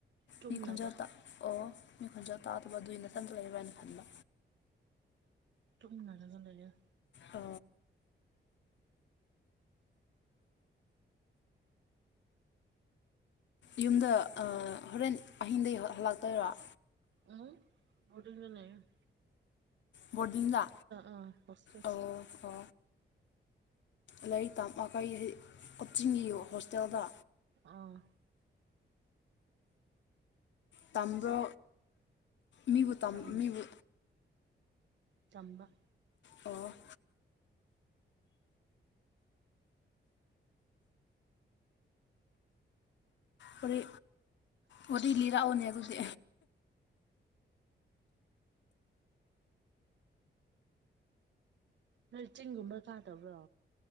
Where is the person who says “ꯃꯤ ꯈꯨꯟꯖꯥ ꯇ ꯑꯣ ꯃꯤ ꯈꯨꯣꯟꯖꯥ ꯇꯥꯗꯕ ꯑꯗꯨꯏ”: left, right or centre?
Left